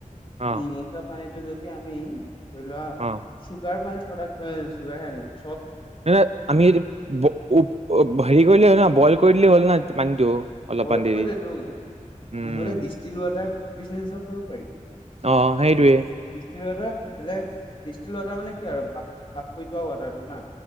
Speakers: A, on the right; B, on the left.
A: অ',
B: নিমখীয়া পানীটো যদি আমি ধৰিলোৱা
A: অ',
B: চুগাৰ কাৰণে প্ৰডাক্ট এ চুগাৰহে আছিল
A: যেনে আমি দিম ব হু অ হেৰি কৰিলে হ'ল ন' বইল কৰিলে হ'ল না পানীটো। অলপমান
B: বয়সৰ
A: দেৰি
B: যে সেইটো
A: উম,
B: নহলে ডিষ্টিল ৱাটাৰ বিজিনেচও কৰিব পাৰি।
A: অ', সেইটোৱে
B: দিষ্টিল উৱাতা বেলেগ। দিষ্টিল উৱাতা মানে কি আৰু ভাপ ভাপ কৰি থোৱা ৱাটাৰটো না?